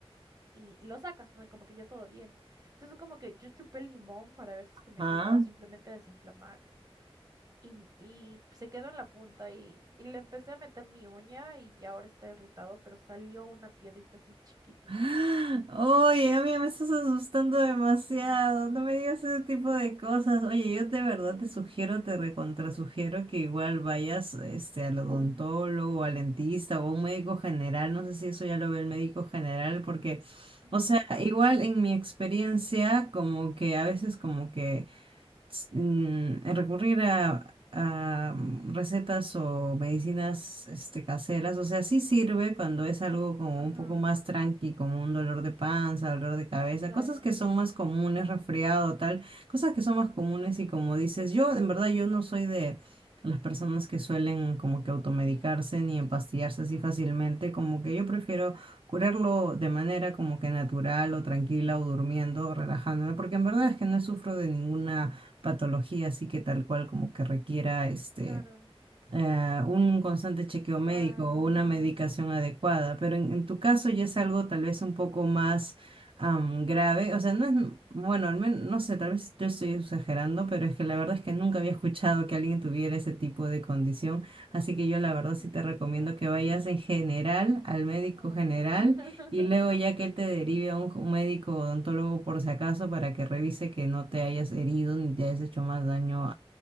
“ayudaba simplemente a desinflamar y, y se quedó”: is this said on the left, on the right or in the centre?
Right